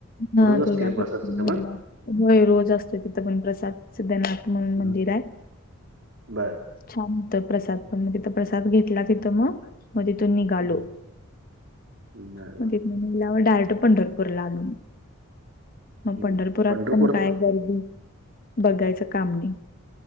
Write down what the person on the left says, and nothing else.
हा
तुळजापुरातन
निघल्याव
होय रोज असतोय तिथं पण प्रसाद. सिद्धनाथ म्हणून
मंदिर हाय
छान होतं प्रसाद पण म तिथं प्रसाद घेतला तिथं म म तीथून निघालो.
म तिथन निघाल्यावर डायरेक्ट पंढरपूरला आलो म. मग
पंढरपुरात
पण काय गर्दी बघायचं काम नाही.